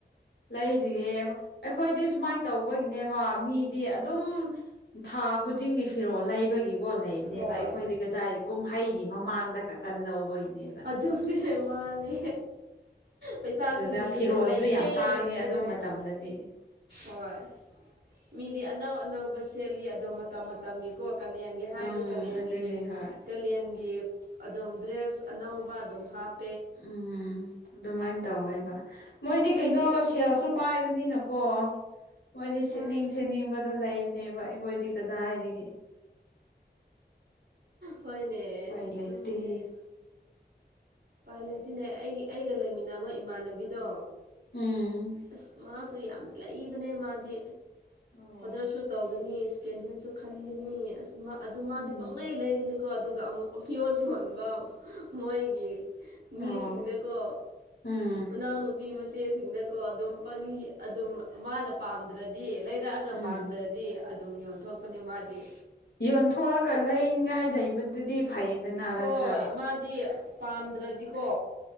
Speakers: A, on the left (about 85°); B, on the right (about 70°).
A: ꯂꯩꯗꯤꯌꯦ ꯑꯩꯈꯣꯏꯗꯤ ꯁꯨꯃꯥꯏꯅ ꯇꯧꯕꯒꯤꯅꯦꯕ ꯃꯤꯗꯤ ꯑꯗꯨꯝ ꯊꯥ ꯈꯨꯗꯤꯡꯒꯤ ꯐꯤꯔꯣꯜ ꯂꯩꯕꯒꯤꯀꯣ ꯂꯩꯕ
B: ꯍꯣꯏ
A: ꯅꯦꯕ ꯑꯩꯈꯣꯏꯗꯤ ꯀꯗꯥꯏ ꯀꯨꯝꯍꯩꯒꯤ ꯃꯃꯥꯡꯗ ꯈꯛꯇ ꯂꯧꯕꯒꯤꯅꯦꯕ
B: ꯑꯗꯨꯗꯤ ꯃꯥꯅꯦ ꯄꯩꯁꯥꯁꯨ
A: ꯑꯗꯨꯗ
B: ꯅꯤꯔꯁꯨ
A: ꯐꯤꯔꯣꯜꯁꯨ
B: ꯂꯩꯇꯦ
A: ꯌꯥꯝ ꯇꯥꯡꯉꯦ
B: ꯂꯩꯇꯦ
A: ꯑꯗꯨ
B: ꯍꯥꯏ
A: ꯃꯇꯝꯗꯗꯤ
B: ꯍꯣꯏ ꯃꯤꯗꯤ ꯑꯅꯧ ꯑꯅꯧꯕ ꯁꯦꯠꯂꯤ ꯑꯗꯣ ꯃꯇꯝ ꯃꯇꯝꯒꯤ ꯀꯣꯛ ꯀꯥꯌꯥꯡꯒꯤ ꯍꯥꯏꯔꯗꯤ
A: ꯎꯝ
B: ꯀꯂꯌꯥꯡꯒꯤ
A: ꯑꯗꯨꯅꯦ ꯍꯣꯏ
B: ꯀꯥꯂꯦꯟꯒꯤ ꯑꯗꯨꯝ ꯗ꯭ꯔꯦꯁ ꯑꯅꯧꯕ ꯑꯗꯨꯝ ꯍꯥꯞ
A: ꯎꯝ ꯑꯗꯨꯃꯥꯏꯅ ꯇꯧꯋꯦꯕ ꯃꯣꯏꯗꯤ
B: ꯑꯩꯈꯣꯏꯗꯤ
A: ꯀꯩꯅꯣ ꯁꯦꯜꯁꯨ ꯄꯥꯏꯕꯅꯤꯅꯀꯣ ꯃꯣꯏꯗꯤ
B: ꯍꯣꯏ
A: ꯁꯦꯠꯅꯤꯡ ꯁꯦꯠꯅꯤꯡꯕ ꯑꯗꯨ ꯂꯩꯕꯅꯦꯕ ꯑꯩꯈꯣꯏꯗꯤ ꯀꯗꯥꯏꯗꯒꯤ
B: ꯍꯣꯏꯅꯦ
A: ꯎꯄꯥꯏ ꯂꯩꯇꯦ
B: ꯆꯨꯝꯃꯤꯅꯦ ꯎꯄꯥꯥꯏ ꯂꯩꯇꯅꯦ ꯑꯩꯒꯤ ꯑꯩꯒ ꯂꯩꯃꯤꯟꯅꯕ ꯏꯃꯥꯟꯅꯕꯤꯗꯣ
A: ꯎꯝ
B: ꯑꯁ ꯃꯥꯁꯨ ꯌꯥꯝ ꯂꯩꯕꯅꯦ ꯃꯥꯗꯤ
A: ꯑꯣ
B: ꯑꯣꯗꯔꯁꯨ ꯇꯧꯒꯅꯤ ꯁꯀꯦꯟ ꯍꯦꯟꯁꯨ ꯈꯟꯈꯤꯅꯤ ꯑꯗꯨ ꯃꯥꯗꯤ
A: ꯎꯝ
B: ꯄꯪꯂꯂꯩ ꯂꯩꯒꯅꯤ ꯀꯣ ꯑꯗꯨꯒ ꯑꯃꯨꯛꯀ ꯌꯣꯟ ꯌꯣꯟꯕ ꯃꯣꯏꯒꯤ ꯃꯤꯁꯤꯡꯗꯀꯣ
A: ꯑꯣ ꯎꯝ
B: ꯃꯅꯥꯎ ꯅꯨꯨꯄꯤ ꯃꯆꯦꯁꯤꯡꯗ ꯀꯣ ꯑꯗꯨꯝ ꯑꯗꯨꯝ ꯃꯥꯅ ꯄꯥꯝꯗ꯭ꯔꯗꯤ ꯂꯩꯔꯛꯑꯒ
A: ꯎꯝ
B: ꯄꯥꯝꯗ꯭ꯔꯗꯤ ꯑꯗꯨꯝ ꯌꯣꯟꯊꯣꯛꯄꯅꯦ ꯃꯥꯗꯤ
A: ꯌꯣꯟꯊꯣꯛꯑꯒ ꯂꯩꯅꯤꯡꯉꯥꯏ ꯂꯩꯕꯗꯨꯗꯤ ꯐꯩꯌꯦꯗꯅ
B: ꯍꯣꯏ
A: ꯅꯠꯇ꯭ꯔꯥ
B: ꯃꯥꯗꯤ ꯄꯥꯝꯗ꯭ꯔꯗꯤꯀꯣ